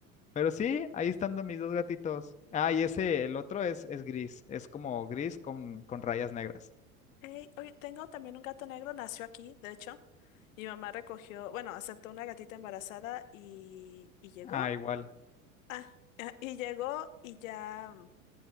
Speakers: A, on the left; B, on the left.
A: Pero sí, ahí están do- mis dos gatitos. Ah, y ese, el otro es, es gris. Es como gris con, con rayas negras.
B: Ey, oye, tengo también un gato negro, nació aquí, de hecho. Mi mamá recogió, bueno, aceptó una gatita embarazada y, y llegó.
A: Ah, igual.
B: Ah, ah, y llegó y ya.